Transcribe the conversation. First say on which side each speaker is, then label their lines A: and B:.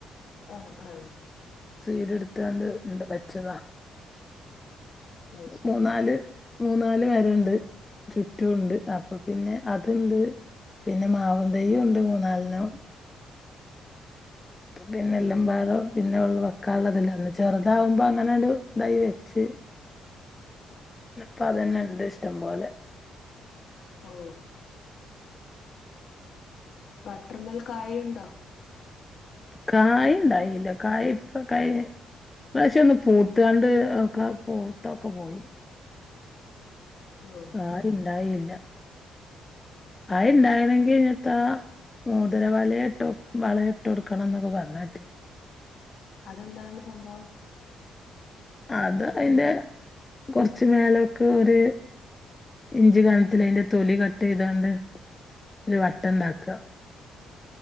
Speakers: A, on the left; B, on the left.
A: ആഹാ ആഹാ
B: സ്വീഡ് എടുത്താണ്ട് രണ്ട് വെച്ചതാ
A: അത് ശരി
B: മൂന്നാല് മൂന്നാല് വേരുണ്ട് ചുറ്റുവുണ്ട് അപ്പൊ പിന്നെ അതിണ്ട് പിന്നെ മാവും <unintelligible> തെയ്യുണ്ട് മൂന്നാലെണ്ണം പിന്നെ എല്ലാം ഭാഗം പിന്നെ ഉള്ള വെക്കാള്ളതെല്ലാം അന്ന് ചെറുതാവുമ്പോ അങ്ങനെ ഒരു ഇതായി വെച്ച് ഇപ്പൊ അതെന്നിണ്ട് ഇഷ്ടം പോലെ
A: ഓ ബട്ടർ മേൽ കായിയുണ്ടോ
B: കായി ഇണ്ടായില്ല കായ് ഇപ്പ കഴിഞ്ഞ ഇപ്രാവശ്യം ഒന്ന് പൂത്താണ്ട് ക്കാ പൂത്തൊക്കെ പോയി
A: ഉം
B: ആരുഇണ്ടായീല്ലാ ആരൂണ്ടായിണെങ്കിനീത്താ മോതിര വലയ്ഇട്ടു വള ഇട്ടുടുക്കണം എന്നൊക്കെ പർണ കേട്ടു.
A: അതെന്താണ് സംഭവം
B: അത് അയിന്റെ കൊറച്ച് മേലോക്ക് ഒര് ഇഞ്ചികൻത്തിലൈൻ്റെ തൊലി കട്ട് ചെയ്താണ്ട് ഒരു വട്ടണ്ടാക്കാ